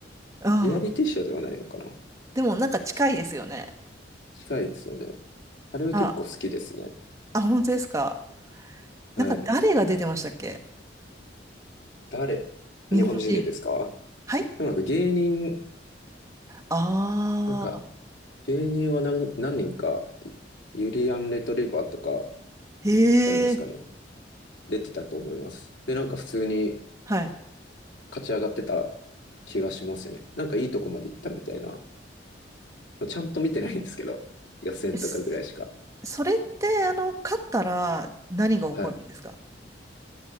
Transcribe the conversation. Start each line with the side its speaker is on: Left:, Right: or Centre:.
Right: うん。
Left: リアリティショーではないのかな
Right: でも、なんか近いですよね。
Left: 近いですよね。あれは結構好きですね。
Right: あ、あ、本当ですか。
Left: はい。
Right: なんか、誰が出てましたっけ
Left: 誰日本人でですか
Right: 日本人。はい
Left: でもなんか芸人、
Right: ああ
Left: なんか芸人は何、何人か、ユリアン・レトリバーとか、
Right: へ
Left: わかりますかね
Right: え、
Left: 出てたと思います。で、なんか普通に
Right: はい。
Left: 勝ち上がってた気がしますね。なんかいいとこまで行ったみたいな。ちゃんと見てないんですけど、予選とかぐらいしか。
Right: すそれって、あの、勝ったら何が起こるんですか
Left: はい。